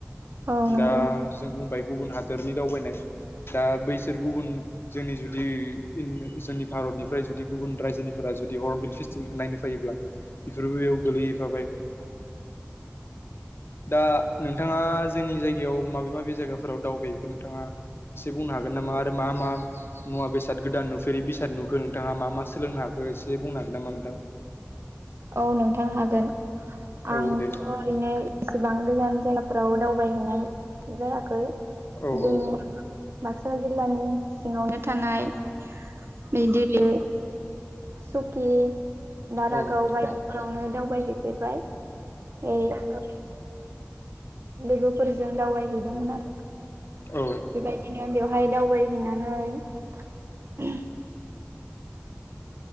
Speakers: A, on the right; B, on the left.
A: औ नंगौ
B: दा जों बुंबाय गुबुन हादरनि दावबायनाय दा बैसोर गुबुन जोंनि जुदि जोंनि भारतनिफ्राय जुदि। गुबुन रायजोनिफोरा जुदि हर्नबिल फेस्टिभेलखौ नायनो फायोब्ला बेफोरबो बेयाव गोलैहैफाबाय।
A: <inaudible>
B: दा नोंथाङा जोंनि जायगायाव माबे माबे जायगाफोराव दावबायहैखो नोंथाङा? एसे बुंनो हागोन नामा आरो मा मा मुवा बेसाद गोदान नुफेरै बेसाद नुखो नोंथाङा मा मा?? सोलोंनो हाखो एसे बुंनो हागोन नामा नोंथां?
A: औ नोंथां हागोन। आंथ'
B: औ दे
A: ओरैनो एसेबां गोजान जायगाफोराव दाव- बाय हैनाय जायाखै
B: औ
A: जोंनि
B: औ
A: बाक्सा जिल्लानि सिङावनो थानाय मैदेलि, सखि,। दारागाव
B: औ
A: बायदि फोरावनो दावबायहै फेरबाय ओइ लोगो फोरजों दावबाय हैदोंमोन आरो
B: औ
A: बेबायदिनो बेयाव हाय दावबायहै नानै